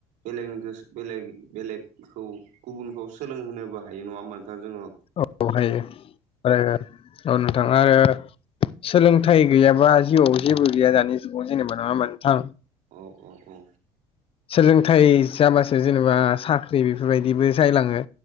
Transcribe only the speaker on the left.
औ हायो आरोनो औ नोंथा आरो सोलोंथाइ
गैयाबा जिउआव जेबो गैया दानि जुगाव जेनेबा नंङा नोंथां
सोलोंथाइ जाबासो जेनेबा साख्रि बेफोरबायदिबो जायलांङो